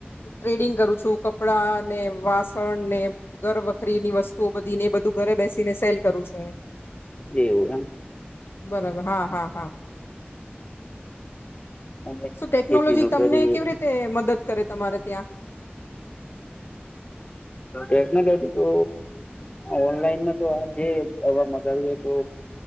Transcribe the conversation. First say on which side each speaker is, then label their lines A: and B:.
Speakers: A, on the left; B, on the left.
A: ટ્રેડિંગ કરું છું કપડા ને વાસ ને ઘર વખરી ની વસ્તુઓ બધી ને એ બધું ઘરે બેસીને સેલ કરું છું હું
B: એવું એમ
A: બરાબર હા હા હા
B: એમ
A: શ ટેકનોલોજી
B: ખેતી નું
A: તમને
B: કરીએ
A: કેવી રીતે મદદ કરે તમારે ત્યાં
B: ટેક્નોલોજી તો ઓનલાઈનમાં તો આ જે દવા મગાવીએ તો